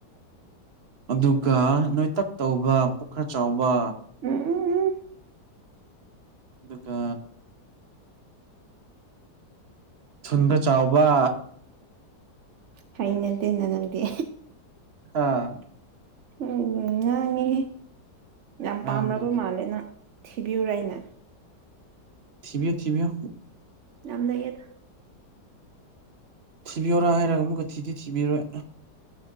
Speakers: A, on the right; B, on the right.
A: ꯑꯗꯨꯒ ꯅꯣꯢꯇꯛ ꯇꯧꯕ ꯄꯨꯈꯔ ꯆꯥꯎꯕ
B: ꯎꯝ ꯎꯝ
A: ꯑꯗꯨꯒ ꯊꯨꯟꯒ ꯆꯥꯎꯕ
B: ꯍꯩꯅꯗꯦꯅ ꯅꯪꯗꯤ
A: ꯑꯥ
B: ꯎꯝ ꯉꯥꯡꯅꯦ ꯌꯥꯝ
A: ꯉꯥꯡꯗ꯭ꯔꯗꯤ
B: ꯄꯥꯝꯕ ꯃꯥꯜꯂꯦ ꯅꯪ ꯊꯤꯕꯤꯌꯨꯔꯥ ꯑꯩꯅ
A: ꯊꯤꯕꯤꯌꯣ ꯊꯤꯕꯤꯌꯣ
B: ꯌꯥꯝ ꯂꯩꯌꯦꯗ
A: ꯊꯤꯕꯤꯌꯣꯔꯥ ꯍꯥꯢꯔꯒ ꯑꯃꯨꯛꯀ ꯊꯤꯗꯤ ꯊꯤꯕꯤꯔꯣꯢ